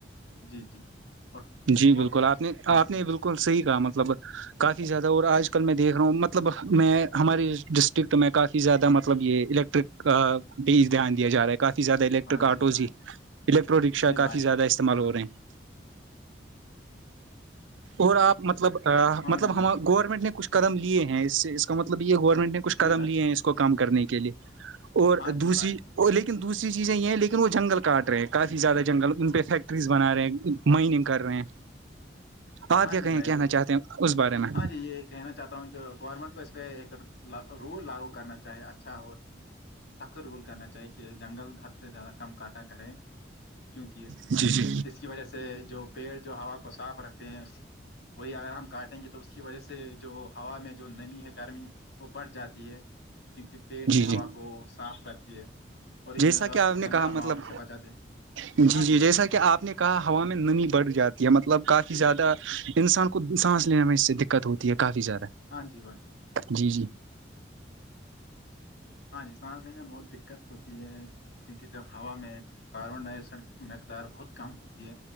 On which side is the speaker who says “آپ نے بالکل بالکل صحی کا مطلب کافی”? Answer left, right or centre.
Right